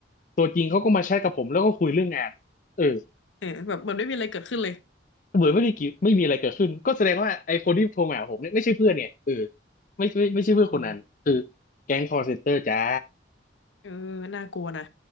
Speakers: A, on the left (about 45°); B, on the left (about 85°).
A: ตัวจริงเขาก็มาแชทกับผมแล้วก็คุยเรื่องงานเออ
B: เออแบบเหมันไม่มีอะไรเกิดขึ้นเลย
A: เหมือนไม่ได้กี่ไม่มีอะไรเกิดขึ้นก็แสดงว่าไอ้คนที่โทรมาหาผมเนี่ยไม่ใช่เพื่อนเนี่ยเออไม่ไม่ไม่ใช่เพื่อนคนนั้นคือ
B: อ๋อ
A: แก๊งคอร์เซ็นเตอร์จ้า
B: เออน่ากลัวนะ